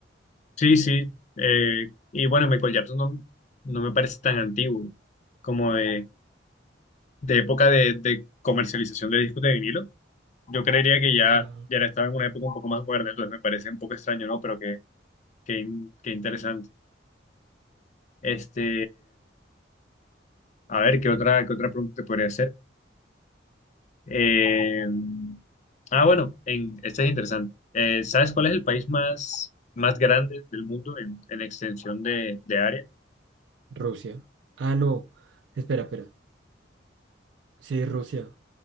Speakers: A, on the left (about 40°); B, on the right (about 75°).
A: Sí, sí. eh, y bueno, Michael Jackson no, no me parece tan antiguo como de, de época de, de comercialización de discos de vinilo. Yo creería que ya,
B: Ah,
A: ya estaba en una época un poco más moderna, entonces me parece un poco extraño, ¿no? Pero qué, qué, in- qué interesante. Este, a ver, ¿qué otra, qué otra pregunta te podría hacer? Eh, ah, bueno, en, esta es interesante. Eh, ¿sabes cuál es el país más, más grande del mundo en, en extensión de, de área?
B: Rusia. Ah, no. Espera, espera. Sí, Rusia.